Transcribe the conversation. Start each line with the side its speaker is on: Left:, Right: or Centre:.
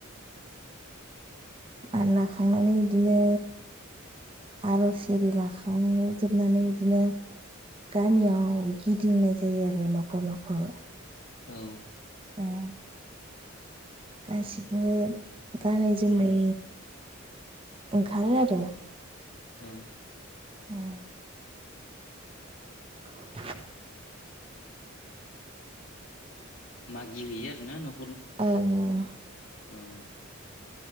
Right: माला थांनानै इदिनो आरज एरि लाखांजोबनानै इदिनो गामियाव गिदिंनाय जायो आरो न'खर न'खर।
Left: औ।
Right: ओम। गासिब नो गानै जोमै ओंखारो आरो।
Left: औ।
Right: उम। <inaudible>
Left: मागि हैयो आरोना न
Right: ओं ओं।
Left: औ।